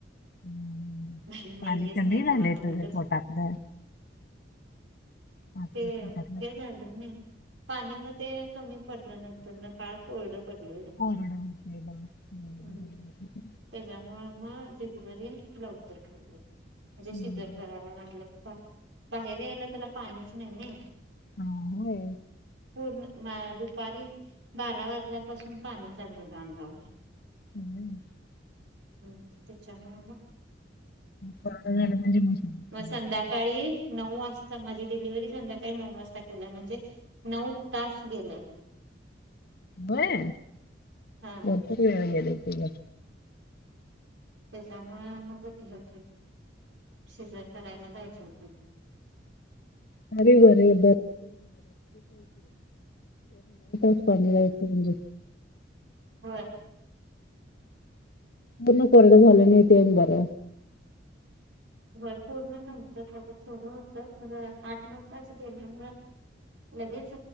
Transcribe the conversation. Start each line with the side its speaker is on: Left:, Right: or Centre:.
Left: हम्म.
Right: नेलीच
Left: पाणी कमी
Right: नाही
Left: झालंय
Right: दवाखान्यातच
Left: तुझं पोटातलं पोटातलं
Right: ते ते झाले ना पाणी मध्ये कमी पडलं नंतर न बाळ कोरडं पडलेलं
Left: कोरडं होते बा. बरोबर.
Right: ह
Left: आहे.
Right: त्याच्यामुळे मग बरी लवकर म्हणजे
Left: हम्म.
Right: शिजर करायला लागल बा बाहेर यायला त्याला पाणीच नाहीनाय
Left: हा, होय.
Right: पूर्ण म दुपारी बारा वाजल्यापासून पाणी चाललेलं अंगावर
Left: हम्
Right: त्याच्यामुळे मग
Left: कोरोना झाला म्हणजे सांगितलं.
Right: मग संध्याकाळी नऊ वाजता माझी डिलिव्ही संध्याकाळी नऊ वाजता केली म्हणजे नऊ तास गेलं
Left: होय
Right: हा
Left: भरपूर वेळ गेले तुला.
Right: त्याच्यामुळे मगती हो शेजर करायला पाहिजे
Left: <unintelligible> पाणीला म्हणजे
Right: हो
Left: पूर्ण कोरडं झालं नाही ते बर
Right: होय पूर्ण नंतर बघ थोडं होतंर आठ नऊ तास गेल्यामुळे लगेच